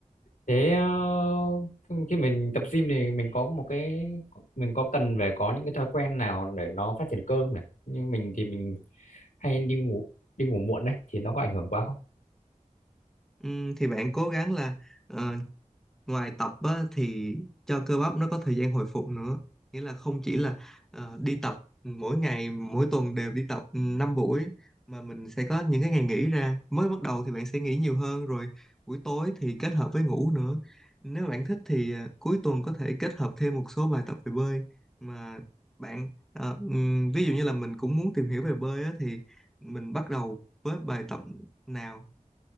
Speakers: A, on the left; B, in the centre.
A: thế ờ, khi mình tập gym thì mình có một cái mình có cần phải có những cái thói quen nào để nó phát triển cơ không nhỉ như mình thì mình hay đi ngủ đi ngủ muộn đấy thì nó có ảnh hưởng quá không
B: Ừm, thì bạn cố gắng là ờ, ngoài tập á, thì cho cơ bắp nó có thời gian hồi phục nữa nghĩa là không chỉ là ờ, đi tập mỗi ngày mỗi tuần đều đi tập năm buổi mà mình sẽ có những cái ngày nghỉ ra mới bắt đầu thì bạn sẽ nghỉ nhiều hơn rồi buổi tối thì kết hợp với ngủ nữa nếu bạn thích thì ờ, cuối tuần có thể kết hợp thêm một số bài tập về bơi mà bạn ờ, ừm, ví dụ như là mình cũng muốn tìm hiểu về bơi á, thì mình bắt đầu với bài tập nào